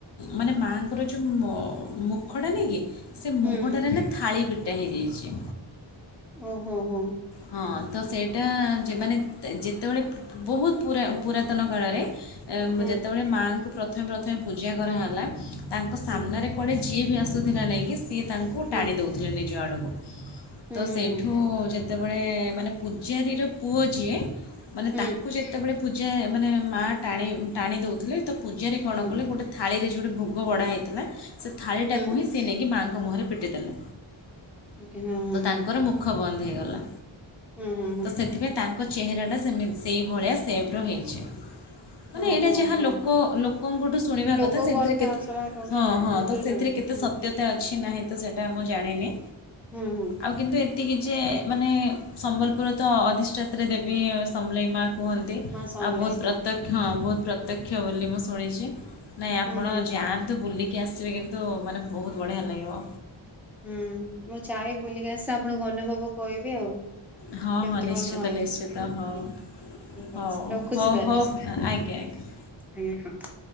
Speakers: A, on the left; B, in the centre.
A: ମାନେ ମାଙ୍କର ଯୋଉ ମୁଖଟା ନାଇ କି ସେ ମୁହଁଟାରେ
B: ହୁଁ
A: ନା ଥାଳି ପିଟା ହେଇଯାଇଛେ
B: ଓ ହୋ ହୋଁ
A: ହଁ ତ ସେଇଟା ଯେମାନେ ଯେତେବେଳେ ବହୁତ ପ ପୁରାତନ କାଳରେ
B: ହୁଁ
A: ଯେତେବେଳେ ମାଆଙ୍କୁ ପ୍ରଥମେ ପ୍ରଥମେ ପୂଜା କରାହେଲା ତାଙ୍କ ସାମ୍ନାରେ
B: ହୁଁ
A: କଡ଼ ଯିଏ ବି ଆସୁଥିଲା ନାଇଁକି ସିଏ ତାଙ୍କୁ
B: ହୁଁ
A: ଟାଣି ଦେଉଥିଲେ ନିଜ ଆଡ଼କୁ
B: ହୁଁ
A: ତ ସେଇଠୁ
B: ହୁଁ
A: ଯେତେବେଳେ ମାନେ ପୂଜାରୀର ପୁଅ ଯିଏ ମାନେ
B: ହୁଁ
A: ତାକୁ ଯେତେବେଳେ ପୂଜା ମାନେ ମା ଟାଣି ଟାଣି ଦେଉଥିଲେ ତ ପୂଜାରେ କଣ
B: ହୁଁ
A: କଲେ ଗୋଟେ ଥାଳିରେ ଯୋଉଟି ଭୋଗ ବଢା ହେଇଥିଲା, ସେ ଥାଳିଟାକୁ
B: ହୁଁ
A: ହିଁ ସେ ନେଇକି ମାଙ୍କ ମୁହଁରେ ପିଟି ଦେଲା,
B: ହୁଁ ହଁ ହଁ
A: ତ ତାଙ୍କର
B: ହଁ
A: ମୁ ମୁଖ ବନ୍ଦ ହେଇଗଲା
B: ହଁ ହଁ ହଁ
A: ତ ସେଥିପାଇଁ ତାଙ୍କ ଚେହେରାଟା ସେମିତି ସେଇଭଳିଆ ସେପ୍ ର ହେଇଚି। ମାନେ
B: ହଁ
A: ଏଇଟା
B: ହଁ
A: ଯାହା
B: ହଁ
A: ଲୋକ ଲୋକଙ୍କଠୁ ଶୁଣିବା
B: ଲୋକ
A: କଥା ସେଥିରେ କେତେ
B: ଶୁଣା କଥା
A: ହଁ ହଁ
B: ବୁଝୁଛନ୍ତି
A: ତ ସେଥିରେ କେତେ
B: ହୁଁ
A: ସତ୍ୟ ତା ଅଛି ନାହିଁ ତ ସେଇଟା ମୁଁ ଜାଣିନି,
B: ହୁଁ ହୁଁ।
A: ଆଉ କିନ୍ତୁ ଏ ଏତିକି ଯେ ମାନେ ସମ୍ବଲପୁର ତ ଅଧିଷ୍ଠାତ୍ରୀ ଦେବି ସମଲେଇ ମା କୁହନ୍ତି
B: ମା ସମଲାଇ
A: ଆଉ ବହୁତ ପ୍ରତ୍ୟ ହଁ ବହୁତ ପ୍ରତ୍ୟକ୍ଷ ବୋଲି ମୁଁ ଶୁଣିଚି, ନାଇଁ ଆପଣ
B: ହୁଁ ହୁଁ
A: ଯାଆନ୍ ନ୍ତୁ ବୁଲିକି ଆସିିବେ କିନ୍ତୁ ମାନେ ବହୁତ ବଢ଼ିଆ ଲାଗିବ।
B: ହୁଁ ମୁଁ ଯାଏ ବୁଲିକି ଆସି ଆପଣଙ୍କୁ ଅନୁଭବ କହିବି ଆଉ।
A: ହଁ
B: କେମିତି
A: ହଁ ନିଶ୍ଚିତ
B: କଣ ରହିଲେ
A: ନିଶ୍ଚିତ ହଉ।
B: ଠିକ ଠିକ
A: ହଉ
B: ଅଛି ରଖୁଛି
A: ହଉ
B: ତାହେଲେ
A: ହଉ ଆଜ୍ଞା ଆଜ୍ଞା।
B: <unintelligible>